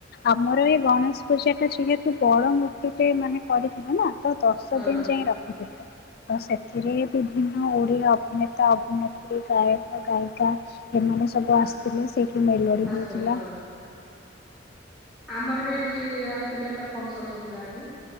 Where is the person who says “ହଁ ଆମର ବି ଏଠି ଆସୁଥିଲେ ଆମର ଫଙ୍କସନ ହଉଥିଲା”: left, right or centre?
Centre